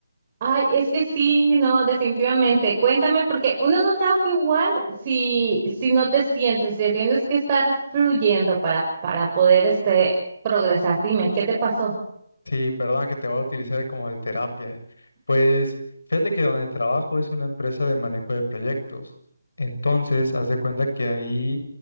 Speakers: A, on the right; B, on the left.
A: Ay, es que sí, no, definitivamente. Cuéntame, porque uno no trabaja igual si, si no te sientes, si tienes que estar fluyendo para, para poder este, progresar. Dime, ¿qué te pasó?
B: Sí, perdona que te voy a utilizar como de terapia. Pues fíjate que donde trabajo es una empresa de manejo de proyectos. Entonces, haz de cuenta que ahí